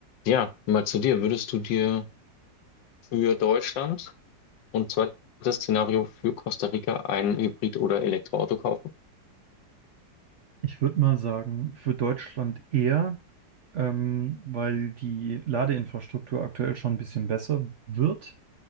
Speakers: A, on the left; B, on the right.
A: ja, mal zu dir. Würdest du dir für Deutschland und zweites Szenario für Costa Rica ein Hybrid- oder Elektroauto kaufen?
B: Ich würde mal sagen, für Deutschland eher, ähm, weil die Ladeinfrastruktur aktuell schon ein bisschen besser wird.